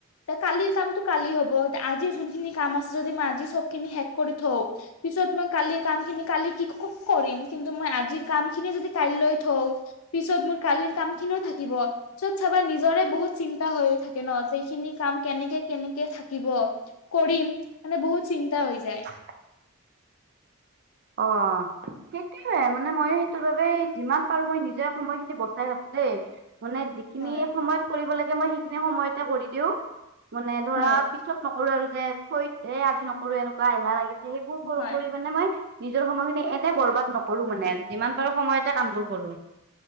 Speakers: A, on the left; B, on the right.
A: তে' কালিৰ কামটো কালি হ'ব আজি যোনখিনি কাম আছে যদি আমি আজি সবখিনি শেষ কৰি থওঁ পিছত মই কালিৰ কাম খিনি কালি কি ক-কৰিম কিন্তু মই আজিৰ কাম খিনি যদি কাইলৈ থওঁ পিছত মোৰ কালিৰ কাম খিনিও থাকিব, পিছত চাবা নিজৰে বহুত চিন্তা হৈ থাকে ন'। যে এইখিনি কাম কেনেকে কেনেকে থাকিব, কৰিম, মানে বহুত চিন্তা হৈ যায়।
B: <unintelligible> অ', সেইটোৱে মানে মই সেইটোৰ বাবে যিমান পাৰো মই নিজে সময়খিনি বচাই ৰাখছোৱে। মানে যিখিনি
A: হয়
B: সময়ত কৰিব লাগে মই সেইখিনি সময়তে কৰি দিওঁ, মানে ধৰা
A: হয়
B: পিছত নকৰো আৰু যে থৈত এ আজি নকৰোঁ এনেকুৱা এলাহ লাগিছে সেইবোৰ কৰি
A: হয়
B: কৰি মানে মই নিজৰ সময়খিনি এনে বৰবাদ
A: হয়।
B: নকৰো মানে যিমান পাৰো সময়তে কামবোৰ কৰোঁ।